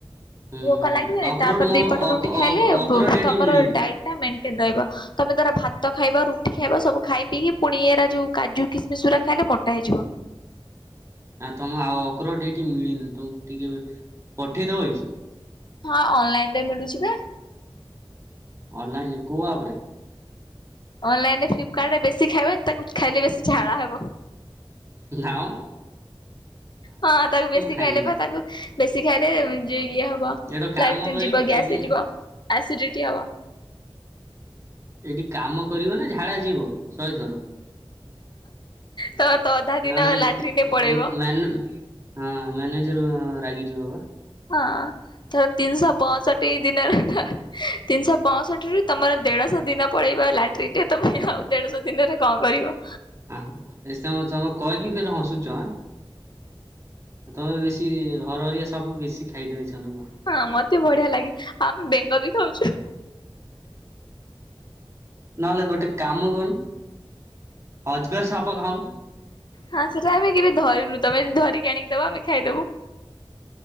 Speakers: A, on the right; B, on the left.
A: ହୁଁ
B: ଭୋକ
A: ହୁଁ
B: ଲାଗିବନି,
A: ଅକ୍ରୋଟ
B: ତାପରେ
A: ମୋ
B: ଦିପଟ
A: ଅକ
B: ରୁଟି ଖାଇଲେ
A: ଅକ ଅକ୍ରୋଟ ଏଠି
B: ତମର
A: ମିଳିନି।
B: ଡାଏଟ୍ ଟା ମେଣ୍ଟେନ୍ ରହିବ। ତମେ ଧର ଭାତ ଖାଇବ, ରୁଟି ଖାଇବ, ସବୁ ଖାଇ ପିଇକି ପୁଣି ଏଇ ଏରା ଯୋଉ କାଜୁ ଖିସମିସ୍ ଗୁରାକ ଖାଇଲେ ମୋଟା ହେଇଯିବ।
A: ଆଉ ତମ ଆଉ ଅଖରୋଟ ଏଠି ମିଳିନି। ତମକୁ ଟିକେ କେବେ ପଠେଇଦବ କି?
B: ହଁ, ଅନଲାଇନରେ ମିଳୁଛି ବା।
A: ଅନଲାଇନରେ, କୋଉ ଆପରେ?
B: ଅନଲାଇନରେ ଫ୍ଲିପକାର୍ଟରେ, ବେଶୀ ଖାଇବନି, ତାକୁ ଖାଇଲେ ବେଶୀ ଝାଡ଼ା ହେବ।
A: ଲା ଅଁ
B: ହଁ, ତାକୁ ବେଶୀ
A: ଖାଇମିନି।
B: ଖାଇଲେ ବା, ତାକୁ ବେଶୀ ଖାଇଲେ ଉମ୍ ଇଏ ହବ ବ।
A: ଏଠି କାମ
B: ଲାଟିନ
A: କରିବ
B: ଯିବ, ଗ୍ୟାସ
A: ଏଠି
B: ହେଇଯିବ, ଏସିଡିଟି ହବ।
A: ଏଠି କାମ କରିବ ନା ଝାଡ଼ା ଯିବ, ଶହେ ଥର। ହୁଁ,
B: ତ ତ ଅଧା ଦିନ
A: ନା ନା ମୁଁ-ମୁଁ-ମୁଁ
B: ଲାଟ୍ରିନରେ ପଳେଇବ।
A: ମାନ ହଁ, ମ୍ୟାନେଜର ରାଗିଯିବ ବା।
B: ହଁ, ଧର ତିନିଶହ ପଅଁଷଠି ଦିନ ତିନିଶହ ପଞ୍ଚଷଠିରୁ ତମର ଦେଢଶହ ଦିନ ପଳେଇବ ଲାଟ୍ରିନ୍‌ରେ, ତମେ ଆଉ ଦେଢଶହ ଦିନରେ କଣ କରିବ?
A: <unintelligible> କହିକି ଫେରେ ହଁସୁଚ ଆଁ? ଆଉ ତମେ ବେଶୀ ହରହରିଆ ସବୁ ବେଶୀ ଖାଇଦଉଚ ନା କ?
B: ହଁ, ମତେ ବଢିଆ ଲାଗେ, ଆମ ବେଙ୍ଗ ବି ଖାଉଛୁ।
A: ନହେଲେ ଗୋଟେ କାମ କରୁନୁ ଅଜଗର ସାପ ଖାଉନୁ।
B: ହଁ ସେଟା ଆମେ କେବେ ଧରିନୁ, ତମେ ଯଦି ଧରିକି ଆଣିକି ଦବ, ଆମେ ଖାଇଦବୁ।